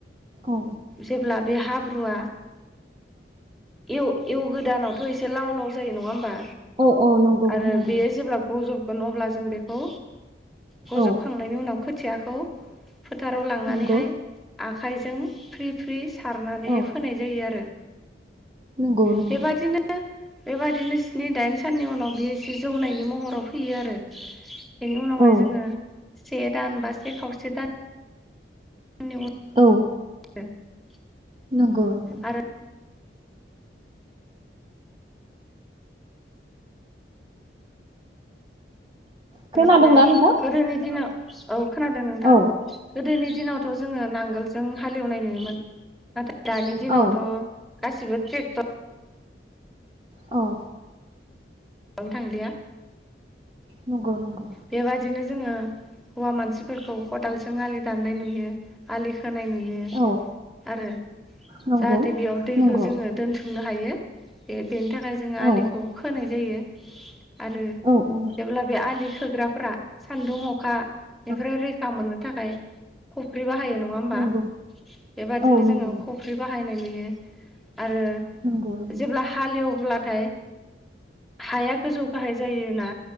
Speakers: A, on the right; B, in the centre.
A: औ
B: जेब्ला बे हाब्रुआ एव एव गोदानावथ' एसे लाव लाव जायो नङा होमबा?
A: औ औ नंगौ
B: आरो
A: नंगौ
B: बेयो जेब्ला गजब होन अब्ला जों बेखौ। बजबखांनायनि
A: औ
B: उनाव खोथियाखौ फोथाराव लांनानैहाय
A: नंगौ
B: आखाइजों फ्रि फ्रि सारनानैहाय
A: औ
B: फोनाय जायो आरो।
A: नंगौ नंगौ
B: बेबादिनो बेबादिनो स्नि दाइन साननि उनाव बियो एसे जौनायनि महराव फैयो आरो। बेनि उनावहाय
A: औ
B: जोङो से दान बा से खावसे दान आंनिआव
A: औ।
B: <unintelligible>
A: नंगौ नंगौ।
B: आरो
A: खोनादोंना
B: बेबायदिनो
A: नोंथां?
B: गोदोनि दिनाव औ खोनादों नोंथां
A: औ
B: गोदोनि दिनावथ' जोङो नांग आगोल जों हालएवनाय नुयोमोन नाथाय दानि दिनावथ'
A: औ
B: गासिबो तेकतर
A: औ
B: ओं थांलिया
A: नंगौ नंगौ
B: बेबादिनो जोङो हौवा मानसिफोरखौ खदालजों आलि दाननाय नुयो आलि खोनाय नुयो
A: औ
B: आरो
A: नंगौ
B: जाहाथे बेयाव दैखौ
A: नंगौ
B: जोङो दोनथुमनो थायो बे बेनि थाखाय जोङो
A: औ
B: आलिखौ खोनाय जायो। आरो
A: औ औ
B: जेब्ला बे आलि फ्रा सान्दुं अखा बेफोराव
A: औ
B: रैखा मोननो नि थाखाय खफ्रि बा फायो नङा होमबा
A: नंगौ
B: बेबादिनो
A: औ नंगौ
B: जोङो खफ्रि बाहायनाय नुयो। <unintelligible> आरो
A: नंगौ नंगौ
B: जेब्ला हालएव अब्लाथाय हाया गोजौ गाहाय जायोना